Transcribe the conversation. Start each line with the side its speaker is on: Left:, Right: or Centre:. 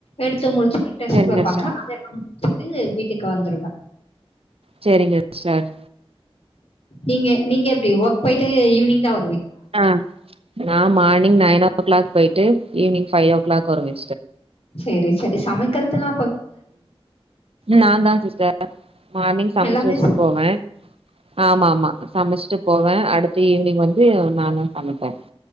Left: எடுத்து முழுத்து டெஸ்
Right: சேரிங்க
Left: வைப்பாங்க
Right: சிஸ்டர்
Left: அத விட்டு வீட்டுக்கு வந்துருவேன்
Right: சேரிங்க சார்
Left: நீங்க நீங்க எப்படி ஒர்க் போயிட்டு ஈவினிங் தான்
Right: ஆஹ் நான் மார்னிங் நாயனோ சவனே க்ளாக் போயிட்டு ஈவினிங் பைஃ ஓ க்ளாக் வருவ
Left: சேரி சேரி சமைக்கிறது லா
Right: நான் தான் சிஸ்டர் மார்னிங் சமைச்சு
Left: எல்லாமே
Right: வச்சுட்டு போவேன் ஆமா ஆமா சமைச்சிட்டு போவேன் அடுத்த ஈவினிங் வந்து நான் ஆமா ட